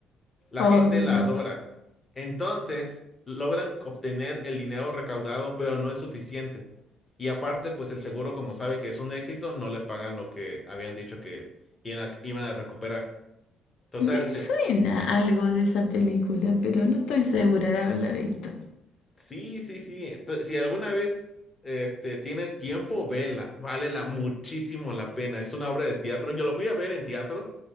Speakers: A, on the left; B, on the left.
A: La
B: Oh,
A: gente
B: no.
A: la adora. Entonces, logran obtener el dinero recaudado, pero no es suficiente. Y aparte, pues el seguro, como sabe que es un éxito, no le pagan lo que habían dicho que iban a, iban a recuperar. Total,
B: Me suena
A: se,
B: algo de esa película, pero no estoy segura de haberla visto.
A: Sí, sí, sí. Ento- si alguna vez este, tienes tiempo, vela. Vale la, muchísimo la pena. Es una obra de teatro. Yo lo fui a ver en teatro